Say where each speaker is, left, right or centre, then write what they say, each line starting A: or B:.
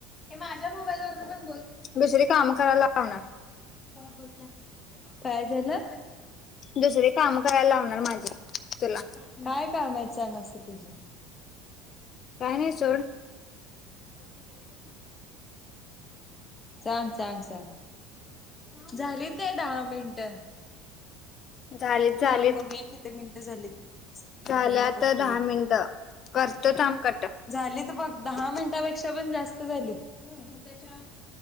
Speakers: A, on the left; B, on the left.
A: माझ्या मोबाईलवरून पण
B: दुसरी काम करायला लावणार
A: काय झालं
B: दुसरी काम करायला लावणार माझी तुला
A: ब काम आहे चांग अस तुझ
B: का नाही चल
A: सांग सांग सांग झालीत काय दहा मिनट
B: झालीत झालीत
A: थांम बघूया किती मिनटे झाली
B: झाल्या
A: बंद पडत
B: तर दहा मिनिटं करतो थांब कट
A: झाली तर बघ दहा मिनटापेक्षा पण जास्त झाले त्या